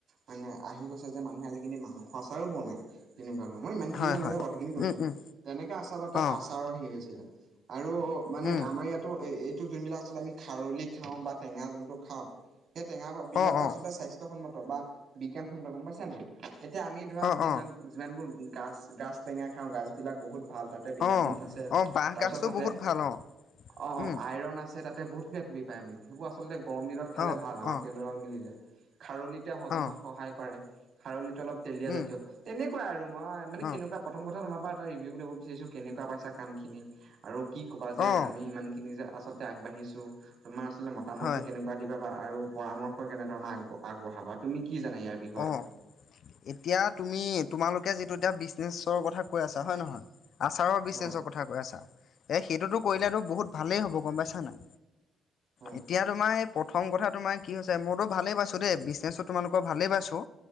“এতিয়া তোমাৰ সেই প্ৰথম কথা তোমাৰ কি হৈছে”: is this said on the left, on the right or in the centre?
Left